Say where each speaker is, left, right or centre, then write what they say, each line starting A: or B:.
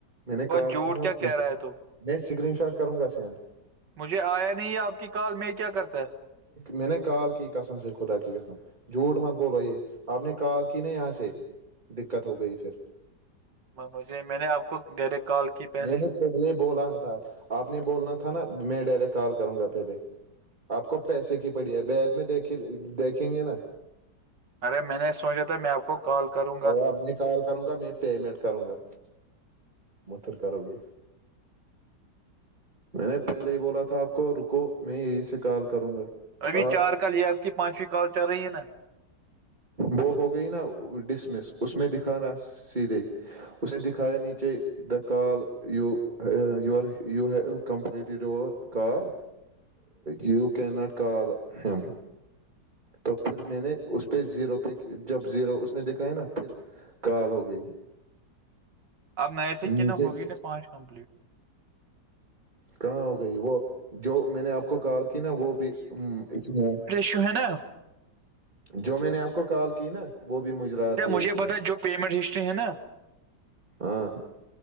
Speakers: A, on the right; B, on the right.
A: میں نے
B: اور
A: کال
B: جھوٹ
A: کی نا آپ
B: کیا
A: کو
B: کہہ رہا ہے تو
A: میں اس سکرین شاٹ کروں گا سینڈ
B: مجھے آیا نہیں ہے آپ کی کال میں کیا کرتا ہے
A: م نے کال کی قسم سے خدا کیی قسم جھوٹ مت بولو یہ آپ نے کال کی نہیں یہاں سے دقت ہو گئی پھر
B: مجھے میں نے آپ کو ڈائریکٹ کال کی پہلے
A: میں نے پہلے بولا تھا آپ نے بولنا تھا نا میں ڈائریکٹ کال کروں گا پہلے آپ کو پیسے کی پڑی ہے بیت میں دیک دیکھیں گے نا
B: ارے میں نے سوچا تھا میں آپ کو کو کال کرو
A: اور میں کال کروں گا میں پیمینٹ کروں گا متھر کر گی میں نے پہلے ہی بولا تھا آپ کو رکو میں یہی سے کال کروں گا
B: ابھی
A: آپ
B: چار کال یہ آپ کی پانچویں کال چل رہی ہے نا
A: وہ ہو گئی نا ڈسمس اس میں دکھانا سیدھے اس نے دکھایا نیچے the call you were you ہ completed were call you can not call hmm تو پھر میں نے اس پہ زیرو پہ جب زیرو اس نے دکھایا نا پھر کال ہو گئی
B: اپ نئے سے کی
A: نیچے
B: ن ہوگی نہیں پانچ کمپلیٹ
A: کہاں ہو گئی وہ جو میں نے آپ کو کال کی نا وہ بھی اس میں
B: شو ہے نا
A: جو میں نے آپ کو کال کی نا وہ بھی مجرا آتی ہے
B: مجھ
A: اس میں
B: بتتا جو پیمٹ ہسٹری نا ہاں
A: ہاں